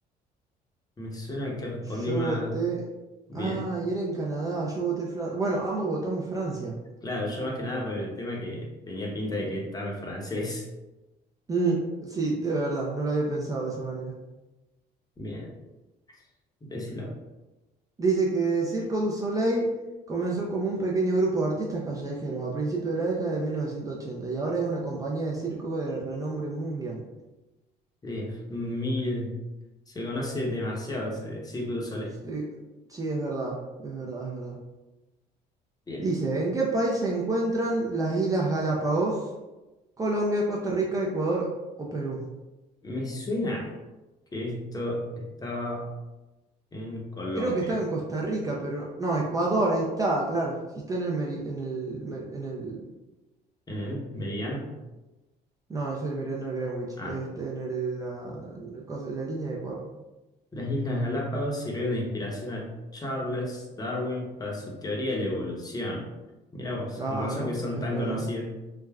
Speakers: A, on the left; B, on the right.
A: Me suena que respondí
B: Yo
A: mal.
B: voté.
A: Bien,
B: Ah, y era en Canadá, yo voté Francia. Bueno, ambos votamos Francia.
A: claro, yo más que nada por el tema que tenía pinta de que estaba en francés.
B: Mm, sí, de verdad, no lo había pensado de esa manera.
A: <laughs> Bien, decilo.
B: Dice que Circo du Soleil comenzó como un pequeño grupo de artistas callejeros a principios de la década de 1980 y ahora es una compañía de circo de renombre mundial.
A: Diez mil. Se conoce demasiado ese Cirque du Soleil.
B: Sí, sí, es verdad, es verdad, es verdad.
A: Bien,
B: Dice, ¿en qué país se encuentran las Islas Galápagos? Colombia, Costa Rica, Ecuador o Perú.
A: me suena que esto estaba en Colombia.
B: Creo que estaba en Costa Rica, pero... No, Ecuador, ahí está, claro. Si está en el... meri- En el, me- en el...
A: ¿En el meridiano?
B: No, es el meridiano de Greenwich.
A: Ah.
B: Este, en el, la, la cosa- la línea de Ecuador.
A: Las Islas Galápagos sirvieron de inspiración a Charles Darwin para su teoría de la evolución. Mira vos,
B: Claro,
A: con razón que son
B: es
A: tan
B: verdad.
A: conocidos.